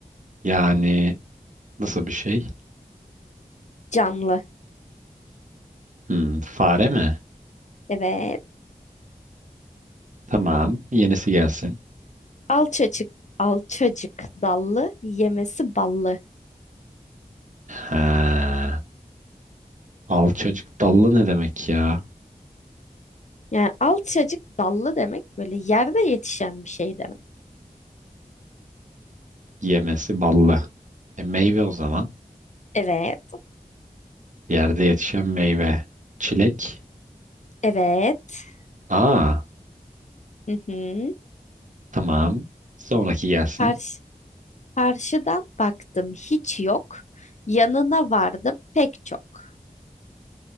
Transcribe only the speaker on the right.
yani nasıl bir şey?
Hmm, fare mi?
Tamam, yenisi gelsin.
Ha, alçacık dallı ne demek ya?
Yemesi ballı. E, meyve o zaman.
Yerde yetişen meyve. Çilek.
Aa,
tamam. Sonraki gelsin.